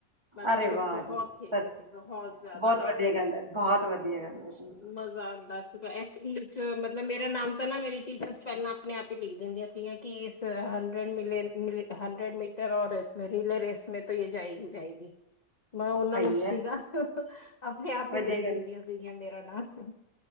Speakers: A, on the left; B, on the right.
A: ਮੈਂ ਤਾਂ
B: ਅਰੇ
A: ਕੁਝ
B: ਵਾਹ
A: ਬਹੁਤ
B: ਜੀ
A: ਖੇਤੀ
B: ਸੱਚ
A: ਸੀ ਬਹੁਤ ਜ਼ਿਆਦਾ।
B: ਬਹੁਤ ਵਧੀਆ ਗੱਲ ਹੈ ਬਹੁਤ ਵਧੀਆ
A: ਹ
B: ਗੱਲ ਹੈ ਜੀ
A: ਦਸ ਰ ਮਤਲਬ ਮੇਰਾ ਨਾਮ ਤਾਂ ਨਾ ਮੇਰੀ ਟੀਚਰ ਪਹਿਲਾਂ। ਆਪਣੇ ਆਪ ਹੀ ਲਿਖ ਦਿੰਦੀਆਂ ਸੀਗੀਆਂ ਕਿ ਇਸ ਹੰਡਰਡ ਮੀਟਰ ਹੰਡਰਡ ਮੀਟਰ ਔਰ ਇਸ ਰੀਲੇ ਰਸ। ਤੋਂ ਇਹ ਜਾਏਗੀ-ਜਾਏਗੀ ਮੈਂ ਉਹਨਾਂ
B: ਸਹੀ
A: ਨੂੰ
B: ਹੈ
A: ਸੀਗਾ। ਆਪਣੇ ਆਪ
B: ਵਧੀਆ
A: ਹੀ ਲਿਖ ਦਿੰਦੀਆਂ
B: ਗੱਲ
A: ਸੀਗੀਆਂ ਮੇਰਾ ਨਾਮ ਨਾ।